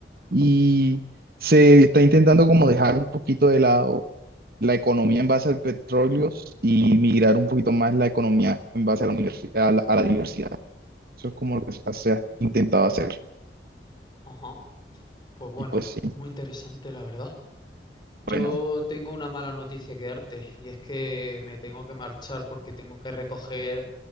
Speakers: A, on the right; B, on the left.
A: y se está intentando como dejar un poquito de lado la economía en base al petróleo y migrar un poquito más la economía en base a la universi- a la, a la diversidad. Eso es como lo que se se ha intentado hacer.
B: Ajá. Pues bueno,
A: Y pues sí,
B: muy interesante, la verdad. Yo
A: bueno,
B: tengo una mala noticia que darte y es que me tengo que marchar porque tengo que recoger